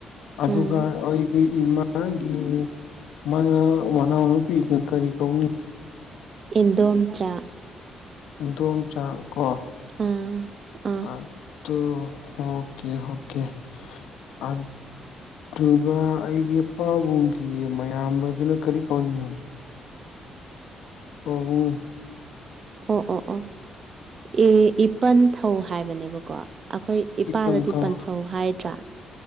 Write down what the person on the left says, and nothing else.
ꯑꯗꯨꯒ
ꯑꯩꯒꯤ ꯏꯃꯥꯒꯤ ꯃꯅꯥꯎ ꯃꯅꯥꯎꯅꯨꯄꯤꯗꯨꯅ ꯀꯔꯤ ꯀꯧꯅꯤ
ꯏꯟꯗꫭꯝꯆꯥ ꯀꫭ
ꯑꯗꫭ ꯑꫭꯀꯦ ꯍꫭꯀꯦ ꯑ ꯑꯗꯨꯒ ꯑꯩꯒꯤ ꯄꯥꯕꯨꯡꯒꯤ ꯃꯌꯥꯝꯕꯗꯨꯅ ꯀꯔꯤ ꯀꯧꯅꯤꯡ ꯄꯕꯨꯡ
ꯏꯄꯟ ꯊꯧ